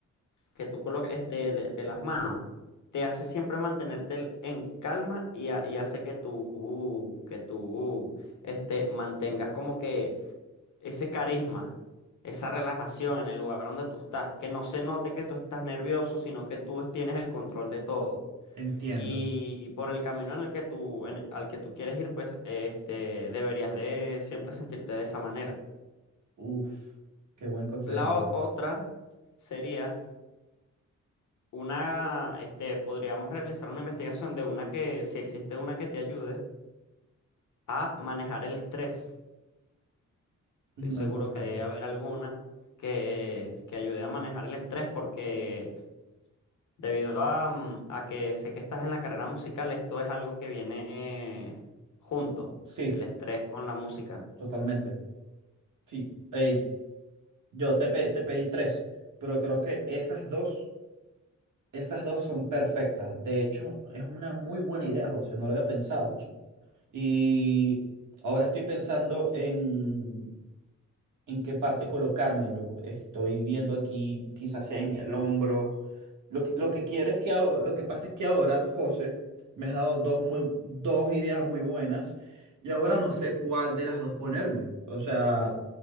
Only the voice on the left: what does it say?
que tú colocas, este, de, de las manos, te hace siempre mantenerte el- en calma y, ha- y hace que tú, que tú, este, mantengas como que ese carisma, esa relajación en el lugar donde tú estás, que no se note que tú estás nervioso, sino que tú tienes el control de todo.
Y por el camino en el que tú, en- al que tú quieres ir, pues este, deberías de siempre sentirte de esa manera.
La
o- otra sería una, este, podríamos realizar una investigación de una que, si existe una que te ayude a manejar el estrés. Estoy
seguro
que debe haber alguna que, que ayude a manejar el estrés porque Debido a, mm, a que sé que estás en la carrera musical, esto es algo que viene eh, junto,
el estrés con la música.